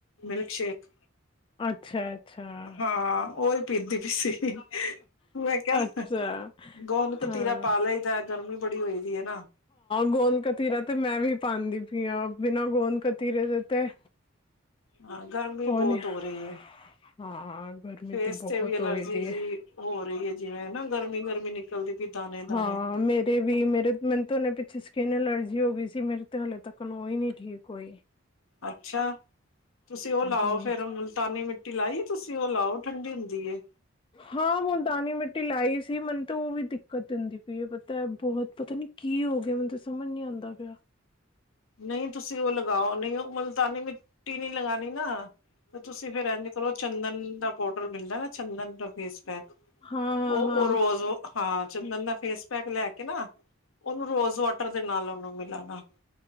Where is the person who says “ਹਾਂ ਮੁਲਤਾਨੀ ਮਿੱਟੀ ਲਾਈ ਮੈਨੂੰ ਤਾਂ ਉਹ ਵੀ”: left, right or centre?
Left